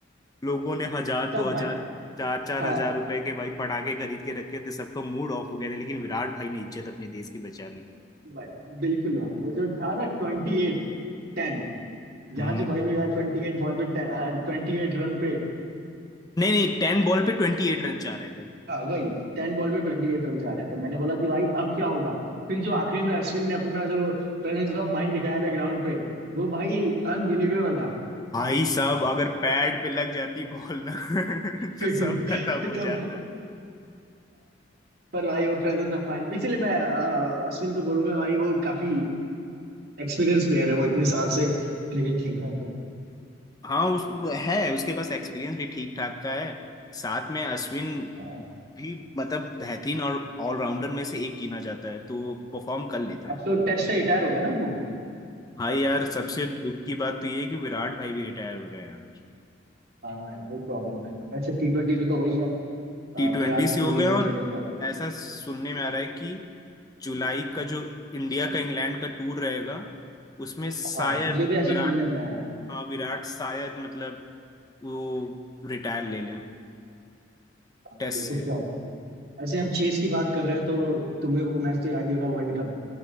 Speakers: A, on the left (about 20°); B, on the right (about 55°).
A: लोगों ने हजार
B: सब
A: दो हजार
B: भाई
A: चार चार
B: हाँ
A: हजार रुपए के भाई पटाखे खरीद के रखे थे सबका मूड ऑफ हो गया था लेकिन विराट भाई ने इज्जत अपने देश की बचा ली
B: भाई बिल्कुल भाई वो जो था ना ट्वेंटी एट टेन जहाँ
A: हम्म
B: जो बॉलिंग में ट्वेंटी एट बॉल पे ट्वेंटी एट रन पे
A: नहीं नहीं टेन बॉल पे ट्वेंटी एट रन चाह रहे थे
B: हाँ वही टेन बॉल पे ट्वेंटी एट रन चाह रहे थे मैंने बोला कि भाई अब क्या होगा फिर जो आखिरी में अश्विन ने अपना जो प्रेजेंस ऑफ माइंड दिखाया था ग्राउंड पे वो भाई अनबिलीवेबल
A: भाई साहब अगर पैड पे लग जाती बॉल ना <laughs> तो
B: तो
A: सब खत्म हो जाता
B: आ, पर भाई वो प्रेजेंस ऑफ माइंड इसीलिए मैं आ, अश्विन को बोलूंगा भाई वो काफी एक्सपीरियंस प्लेयर है वो इतने साल से क्रिकेट खेल रहा है तो
A: हाँ उस है उसके पास एक्सपीरियंस भी ठीक ठाक का है साथ में अश्विन
B: आ,
A: भी मतलब बेहतरीन और ऑलराउंडर में से एक गिना जाता है तो वो परफॉर्म कर लेता
B: अब
A: है
B: तो टेस्ट से रिटायर हो गया ना उन्होंने
A: भाई यार सबसे दुख की बात तो ये है कि विराट भाई भी रिटायर हो रहे हैं यार
B: आ, हाँ वो प्रॉब्लम है वैसे टी ट्वेंटी से तो हो ही गया
A: टी
B: आ, विराट
A: ट्वेंटी से हो
B: कोहली
A: गए
B: और
A: और
B: जडेजा
A: ऐसा सुनने में आ रहा है कि जुलाई का जो इंडिया का इंग्लैंड का टूर रहेगा उसमें शायद
B: हाँ मुझे भी ऐसा
A: विराट
B: सुनने में आया।
A: हाँ विराट शायद मतलब वो रिटायर ले लें
B: हाँ,
A: टेस्ट
B: देखो
A: से
B: क्या होता है ऐसे हम चेस की बात कर रहे हैं तो तुम्हें वो मैच तो याद ही होगा वर्ल्ड कप